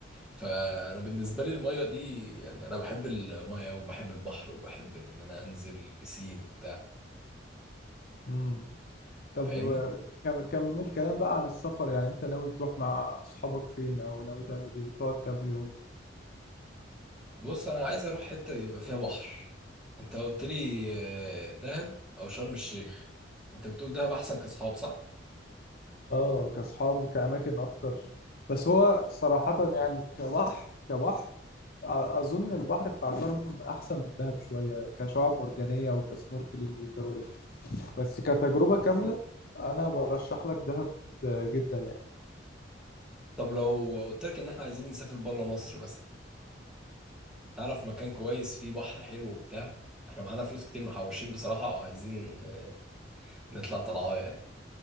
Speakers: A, in the centre; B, on the left.
A: فانا بالنسبه لي الميه دي يعني انا بحب الميه وبحب البحر وبحب ان انا انزل بسين وبتاع
B: امم طب
A: فاهمني
B: و- كم- كمل كلام بقى عن السفر يعني انت ناوي تروح مع اصحابك فين او ناوي تعمل ايه تقعد كام يوم
A: بص انا عايز اروح حته يبقى فيها بحر انت قلت لي آه، دهب او شرم الشيخ انت بتقول دهب احسن كاصحاب صح
B: اه كاصحاب وكاماكن اكتر بس هو صراحه يعني كبحر كبحر اظن البحر بتاع شرم احسن من دهب شويه كشعاب مرجانيه وكسنوركلينج والجو ده بس كتجربه كامله انا برشح لك دهب جدا يعني
A: طب لو قلت لك ان احنا عايزين نسافر بره مصر مثلا تعرف مكان كويس فيه بحر حلو وبتاع احنا معانا فلوس كتير محوشين بصراحة وعايزين آه، نطلع طلعايه يعني